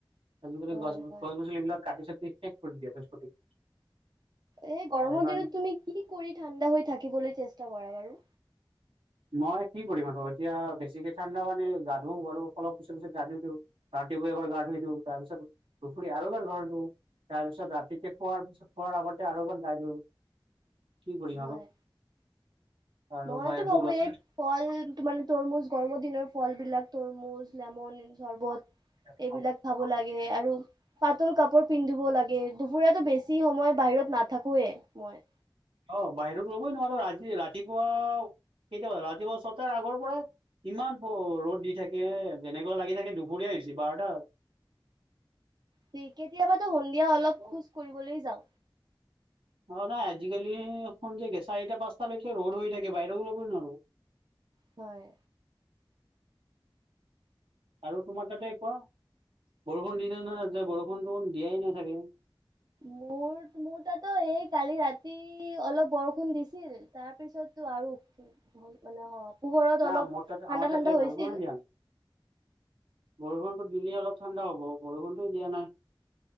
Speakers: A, on the right (about 85°); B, on the right (about 50°).
A: আজিকালি
B: হয়
A: গছ
B: হয়।
A: গছনিবিলাক কাটি চাটি শেষ কৰি দিয়ে। <unintelligible>
B: এই গৰমৰ
A: তাৰে কাৰণ
B: দিনত তুমি কি কৰি ঠাণ্ডা হৈ থাকিবলৈ চেষ্টা কৰা বাৰু?
A: মই কি কৰিম আৰু এতিয়া বেছিকে ঠাণ্ডা পানী গা ধু আৰু অলপ পিছত পিত গা ধুই দিওঁ। ৰাতিপুৱা এবাৰ গা ধুই দিওঁ, তাৰ পিছত দুপৰীয়া আৰু এবাৰ ঘৰত ধুম। তাৰ পিছত ৰাতিকে খোৱাৰ পিছত খোৱাৰ আগতে আৰু এবাৰ গা ধুউ। কি কৰিম
B: হয়,
A: আৰু আৰু
B: মইতো
A: বাহিৰতো
B: ভাবো
A: ওলা
B: এই ফল তোমাৰ মানে তৰমুজ গৰমৰ দিনৰ ফল বিলাক তৰমুজ লেমন চৰ্বত
A: নোৱাৰো
B: এইবিলাক খাব লাগে আৰু পাতল কাপোৰ পিন্ধিব লাগে, দুপৰীয়াতো বেছি সময় বাহিৰত নাথাকোয়ে মই।
A: অ', বাহিৰত লবই নোৱাৰো আজি ৰাতি ৰাতিপুৱা, ৰাতিপুৱা ছটাৰ আগৰ পৰা ইমান ৰ'দ দি থাকে যেনেকুৱা লাগি থাকে দুপৰীয়া হৈছি বাৰটা
B: দি কেতিয়াবাতো সন্ধিয়া অলপ খোজ কৰিবলৈ যাওঁ
A: অ', নাই আজিকালি সন্ধিয়া কি চাৰিটা পাঁচটালৈকে ৰ'দ হৈ থাকে, বাহিৰ ওলাবই ল'বই নোৱাৰো
B: হয়।
A: আৰু তোমাৰ তাতে কোৱা বৰষুণ দিছে নে, নাই তাতে বৰষুণ টওদিয়াই নাই চাগে
B: মোৰ মোৰ তাতো এই কালি ৰাতি অলপ বৰষুণ দিছিল, তাৰপিছততো আৰু। মোৰ ফালে হ। পোহৰত
A: না
B: অলপ ঠাণ্ডা
A: মোৰ তাতে আমাৰ তাতে
B: ঠাণ্ডা হৈছিল।
A: বৰষুণে দিয়া নাই বৰষুণতো দিলে অলপ ঠাণ্ডা হ'ব, বৰষুণটো দিয়া নাই।